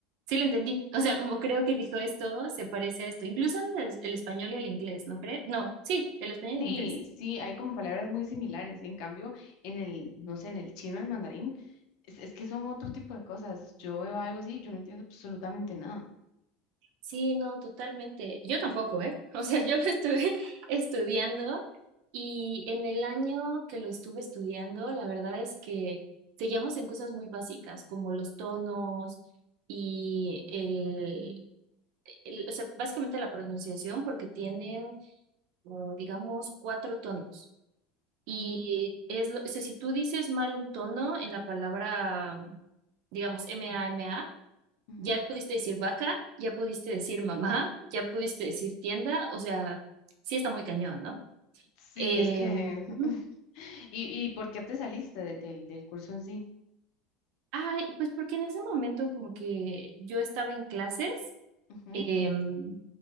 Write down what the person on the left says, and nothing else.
Sí,
sí, hay como palabras muy similares. En cambio, en el, no sé, en el chino, el mandarín, es, es que son otro tipo de cosas. Yo veo algo así, yo no entiendo absolutamente nada.
Ujú,
ujú.
Sí,
es que...
<laughs> ¿Y, y por qué te saliste de- del, del curso en sí?
Ujú,